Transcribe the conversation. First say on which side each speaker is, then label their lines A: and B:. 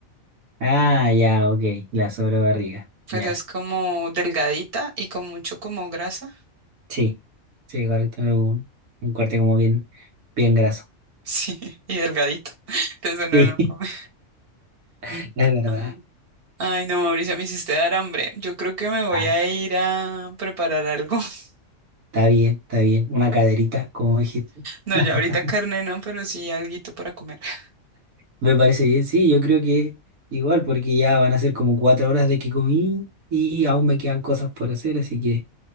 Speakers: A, on the right (about 80°); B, on the right (about 45°).
A: Ah, ya, ok. La sobrebarriga.
B: pero
A: Ya.
B: es como delgadita y con mucho como grasa.
A: Sí. Sí, correcto. Un, un corte como bien, bien graso.
B: <laughs> Sí, y delgadito. Entonces uno
A: Sí,
B: no come.
A: <laughs> es verdad.
B: Ah, Ay, no, Mauricio, me hiciste dar hambre. Yo creo que me voy
A: Ah.
B: a ir a preparar algo. <laughs>
A: Está bien, está bien. Una caderita, como dijiste.
B: No,
A: <laughs>
B: ya ahorita carne no, pero sí alguito para comer. <laughs>
A: Me parece bien, sí, yo creo que igual, porque ya van a ser como cuatro horas de que comí y aún me quedan cosas por hacer, así que